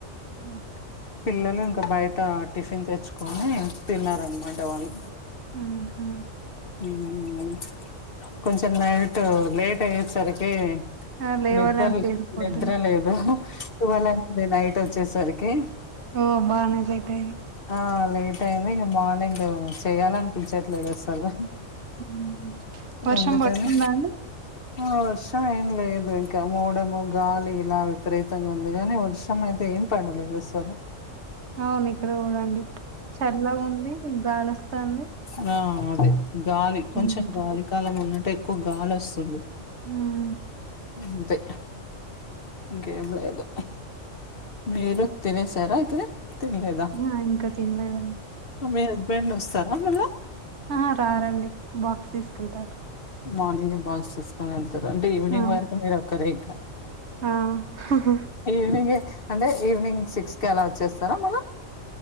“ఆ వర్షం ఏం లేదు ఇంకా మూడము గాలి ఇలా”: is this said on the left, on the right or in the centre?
Left